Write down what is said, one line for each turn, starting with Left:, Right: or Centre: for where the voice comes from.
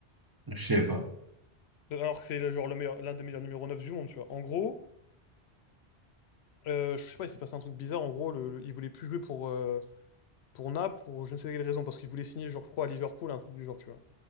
Right: Je sais pas.
Left: Euh, Alors que c'est le- genre le meilleur, l'un des meilleurs numéro 9 du monde, tu vois. En gros, euh, je sais pas, il s'est passé un truc bizarre. En gros, le, le- il voulait plus jouer pour, euh, pour Naples, pour je ne sais quelle raison, parce qu'il voulait signer, genre, je crois, à Liverpool, un truc du genre, tu vois.